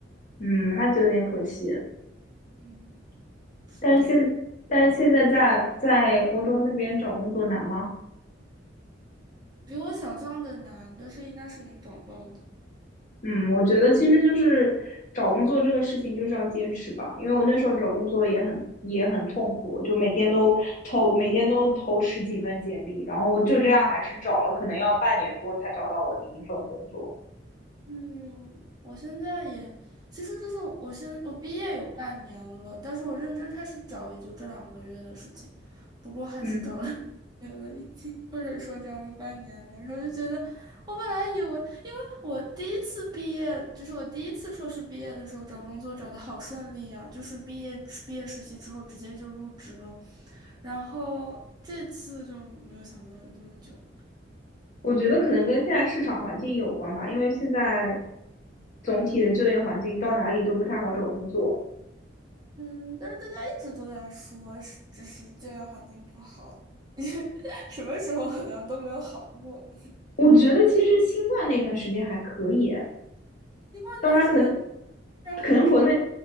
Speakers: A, on the left (about 45°); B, on the right (about 20°).
A: 嗯，那就有点可惜。
B: 嗯，是的，
A: 但是现但是现在在在欧洲那边找工作难吗？
B: 比我想象的难，但是应该是能找到的。
A: 嗯，我觉得其实就是找工作这个事情就是要坚持吧，因为我那时候找工作也很也很痛苦，就每天都投每天都投十几份简历，然后就这样还是找了，可能要半年多才找到我第一份工作。
B: 嗯，我现在也，其实就是我现我毕业有半年了，但是我认真开始找也就这两个月的事情，不过还是找了
A: 嗯，
B: <laughs> 两个月了已经，或者说找了半年了，然后就觉得我本来以为，因为我第一次毕业，就是我第一次硕士毕业的时候找工作找的好顺利呀、就是毕业毕业实习之后直接就入职了，然后这次就没有想到有这么久。
A: 我觉得可能跟现在市场环境有关吧，因为现在总体的就业环境到哪里都不太好找工作。
B: 嗯，但是大家一直都在说，是只是就业环境不好，<laughs> 因为什么时候好像都没有好过。
A: 我觉得其实新冠那段时间还可以，
B: 因为那段时间
A: 当然可能
B: 这儿还可以。
A: 可能国内